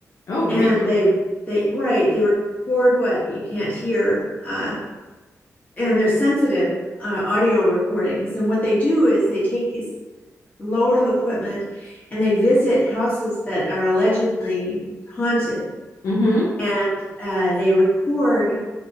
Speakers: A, on the left (about 70°); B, on the left (about 25°).
A: Oh, really?
B: and they they right they record what you can't hear. Uh, and they're sensitive uh, audio recordings. And what they do is they take this load of equipment and they visit houses that are allegedly haunted,
A: Mm-hmm.
B: and uh, they record